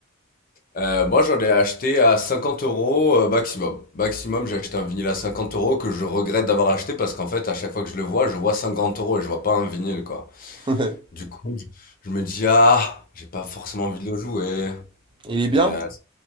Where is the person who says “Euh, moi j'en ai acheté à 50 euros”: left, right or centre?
Left